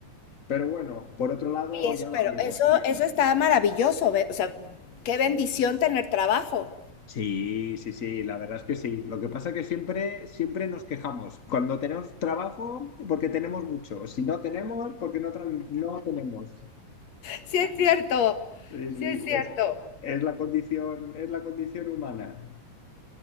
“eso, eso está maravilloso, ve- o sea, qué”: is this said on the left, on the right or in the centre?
Left